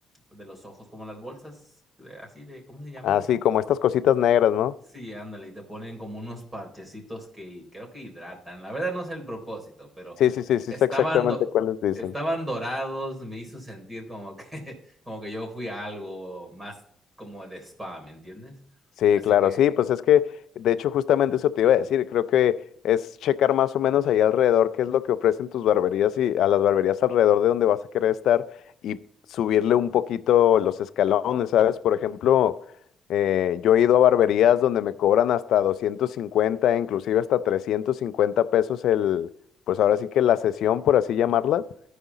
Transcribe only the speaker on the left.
Así
como estas cositas negras, ¿no?
Sí, sí, sí, sí,
sé exactamente
cuáles dicen.
Sí,
claro,
sí, pues es que, de hecho, justamente eso te iba a decir, creo que es checar más o menos ahí alrededor qué es lo que ofrecen tus barberías y a las barberías alrededor de donde vas a querer estar y subirle un poquito los escalones, ¿sabes? Por ejemplo, eh, yo he ido a barberías donde me cobran hasta 250, inclusive hasta 350 pesos el, pues ahora sí que la sesión, por así llamarla